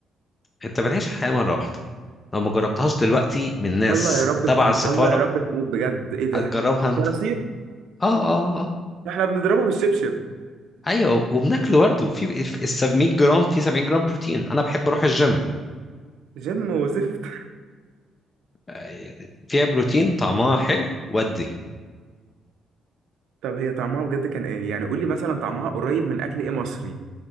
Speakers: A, on the left; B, on the right.
A: انت بتعيش الحياه مره واحده لو ما جربتهاش دلوقتي من
B: ان
A: ناس
B: شاء الله يا رب
A: تبع
B: ان
A: السفاره
B: شاء الله يا رب تموت بجد ايه ده
A: هتجربها انت
B: صراصير
A: اه اه اه
B: احنا بنضربه بالشبشب
A: ايوه وبناكله برضه في في ال 700 جرام في 70 جرام بروتين انا بحب اروح الجيم
B: جيم وزفت
A: آه، فيها بروتين طعمها حلو ودي
B: طب هي طعمها بجد كان ايه يعني قول لي مثلا طعمها قريب من اكل ايه مصري